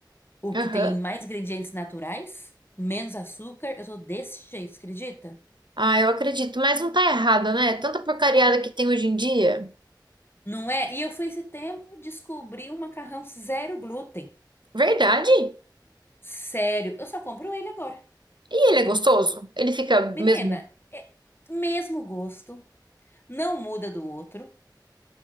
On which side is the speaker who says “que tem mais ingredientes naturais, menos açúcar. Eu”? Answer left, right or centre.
Left